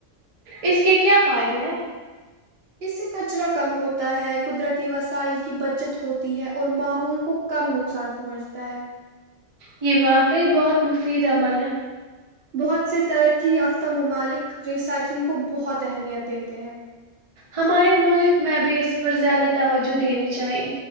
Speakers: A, on the right; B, on the right.
A: اس کے کیا فائدے ہیں؟
B: اس سے کچرا کم ہوتا ہے قدرتی وسائل کی بچت ہوتی ہے اور ماحول کو کم نقصان پہنچتا ہے
A: یہ واقعی بہت مفید عمل ہے
B: بہت سے ترقی یافتہ ممالک ریسائکلنگ کو بہت اہمیت دیتے ہیں
A: ہمارے ملک میں اب اس پر زیادہ توجہ دینی چاہیے